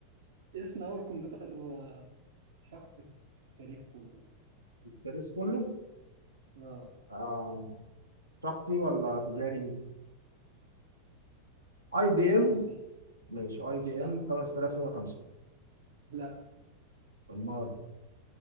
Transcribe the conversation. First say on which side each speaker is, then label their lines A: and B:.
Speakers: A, on the right (about 60°); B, on the right (about 80°).
A: اسم اول كمبيوتر آه، شخصي في التاريخ كله
B: التاريخ كله
A: اه
B: آه، شخصي ولا تجاري اي بي
A: شخصي
B: ام ماشي اي بي
A: لا
B: ام 5150
A: لا
B: امال